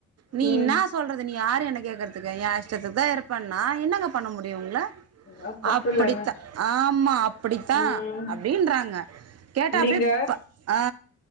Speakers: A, on the right; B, on the left.
A: நீ
B: ம்.
A: என்ன சொல்றது நீ யரு என்ன கே்கறதுக்குாஷ்டத்துக்கு தான் இருப்பா என்னங்க பண்ண முடியும் உங்கள
B: அது தப்பு
A: அப்படித்தான்
B: இல்லங்க.
A: ஆமா அப்படித்தான்
B: ம்.
A: அப்படின்றாங்க <unintelligible>
B: நீங்க
A: ஆ